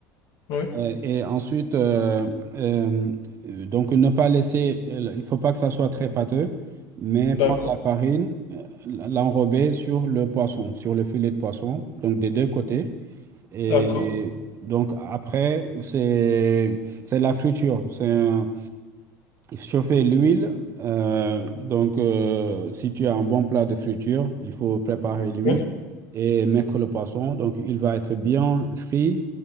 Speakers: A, on the left; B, on the right.
A: Oui.
B: Euh, et ensuite, euh, euh, euh, donc ne pas laisser, euh, il faut pas que ça soit très pâteux, mais
A: D'accord.
B: prendre la farine, euh, l'enrober sur le poisson, sur le filet de poisson, donc des deux côtés. Et,
A: D'accord.
B: et donc après, c'est c'est la friture. C'est un- Chauffer l'huile. euh, donc, euh, si tu as un bon plat de friture, il faut préparer l'huile
A: Oui.
B: et mettre le poisson. Donc, il va être bien frit